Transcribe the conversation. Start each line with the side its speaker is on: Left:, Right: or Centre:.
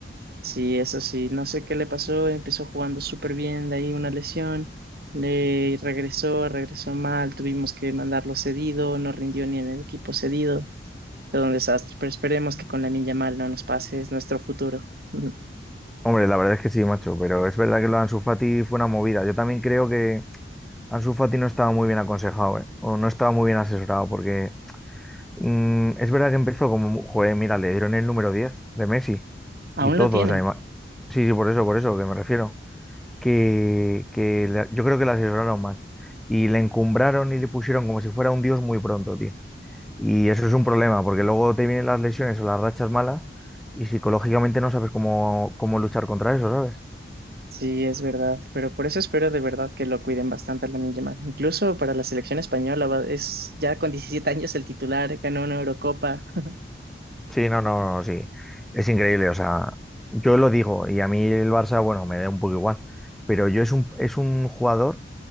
Right: Sí, eso sí, no sé qué le pasó, empezó jugando súper bien, de ahí una lesión, le regresó, regresó mal, tuvimos que mandarlo cedido, no rindió ni en el equipo cedido, todo un desastre, pero esperemos que con la Yamal no nos pase, es nuestro futuro. <laughs>
Centre: Hombre, la verdad es que sí, macho, pero es verdad que lo de Ansu Fati fue una movida. Yo también creo que Ansu Fati no estaba muy bien aconsejado, ¿eh? O no estaba muy bien asesorado, porque Mm, es verdad que empezó como, mu- joder, mira, le dieron el número 10 de Messi
Right: Aún
Centre: y todo,
Right: lo tiene,
Centre: o sea, ima- sí, sí, por eso, por eso que me refiero, que, que la- yo creo que la asesoraron mal y le encumbraron y le pusieron como si fuera un dios muy pronto, tío. Y eso es un problema, porque luego te vienen las lesiones o las rachas malas y psicológicamente no sabes cómo, cómo luchar contra eso, ¿sabes?
Right: Sí, es verdad, pero por eso espero de verdad que lo cuiden bastante a Lamine Yamal. Incluso para la selección española va- es ya con 17 <laughs> años el titular, ganó una Eurocopa. <laughs>
Centre: Sí, no, no, no, sí, es increíble, o sea, yo lo digo y a mí el Barça, bueno, me da un poco igual, pero yo es un, es un jugador